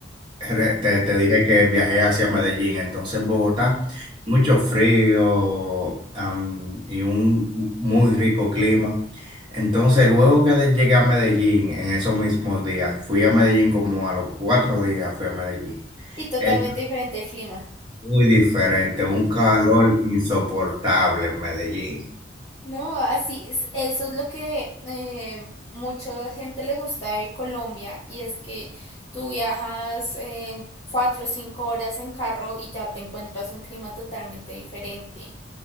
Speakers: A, on the right; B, on the left.
A: re- Te, te dije que viajé hacia Medellín, entonces en Bogotá,
B: Ujú.
A: mucho frío, am, y un muy rico clima. Entonces, luego que de- llegué a Medellín, en esos mismos días, fui a Medellín como a los cuatro días, fui a Medellín.
B: Y totalmente
A: Es
B: diferente el clima.
A: muy diferente, un calor insoportable en Medellín.
B: No, así es, eso es lo que eh, mucha gente le gusta de Colombia y es que tú viajas eh, cuatro o cinco horas en carro y ya te encuentras un clima totalmente diferente.